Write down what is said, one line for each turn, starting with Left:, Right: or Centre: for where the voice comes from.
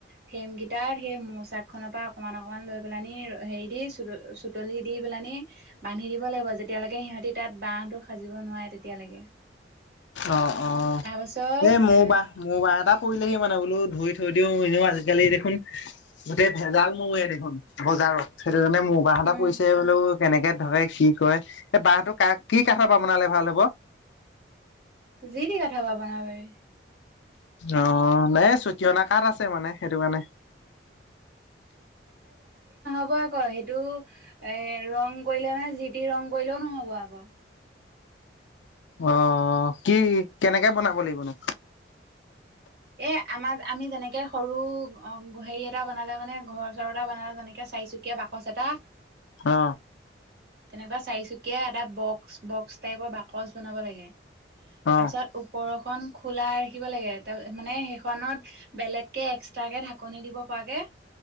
Right: ফ্ৰেমকাইটাত সেই মোচাক খনৰ পৰা অকমান অকমান লৈ পেলানি হেৰি দি চ চুতলি দি পেলানি বান্ধি। দিব লাগিব যেতিয়ালৈকে সিহঁতি তাত বাহটো সাজিব নোৱাৰে তেতিয়ালৈকে।
Left: অ অ
Right: তাৰপাছত
Left: এই মোৰ
Right: এ
Left: বাহ মোৰ বাহ এটা কৰিলেহে মানে বোলো ধুই থৈ দিও এনেও আজিকালি দেখোন গোটেই ভেজাল নে দেখোন। সেইটো কাৰণে মৌবাহ এটা
Right: উম
Left: পৰিছে বোলো কেনেকে ধৰে কি ক এই বাহটো কা কি কাঠৰ পৰা বনালে ভাল হব।
Right: যি তি কাঠ পা বনাব পাৰি।
Left: অ নাই চুটি অনা কাত আছে মানে সেইটো কাৰণে।
Right: হ'ব আকৌ সেইটো এ ৰং কৰিলে মানে জি টি ৰং কৰিলেও নহ'ব আকৌ।
Left: আহ কি কেনেকে বনাব লাগিবনো।
Right: এ আমাৰ আমি যেনেকে সৰু হেৰি এটা বনালে মানে ঘৰ চৰ এটা বনালে যেনেকে চ চাইছুকীয়া বাকচ এটা।
Left: অ।
Right: তেনেকুৱা চাৰিচুকীয়া এটা বক্স বক্স টাইপৰ বাকচ বনাব লাগে।
Left: অ
Right: তাৰপিছত ওপৰখন খোলা ৰাখিব লাগে। তাৰ মানে সেইখনত বেলেগকে এক্সট্ৰাকে ঢাকনি দিব পৰাকে।